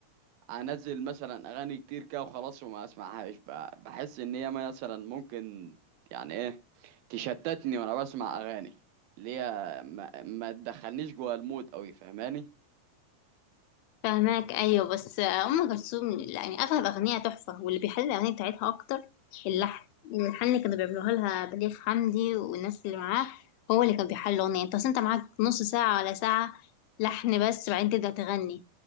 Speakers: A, on the right; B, on the left.
A: انزل مثلا اغاني كتير كده وخلاص وما اسمعهاش ب- بحس ان هي مثلا ممكن يعني ايه تشتتني وانا بسمع اغاني اللي هي ما, ما تدخلنيش جوه المود قوي فاهماني
B: فهماك أيوه بس آه، أم كلثوم يعني أغلب أغنية تحفة واللي بيحل الأغنية بتاعتها أكتر اللحن الحن اللي كانوا بيعملوها لها بليغ حمدي والناس اللي معاه هو اللي كان بيحل الأغنية أنت أصل أنت معاك نص ساعة ولا ساعة لحن بس بعدين تبدأ تغني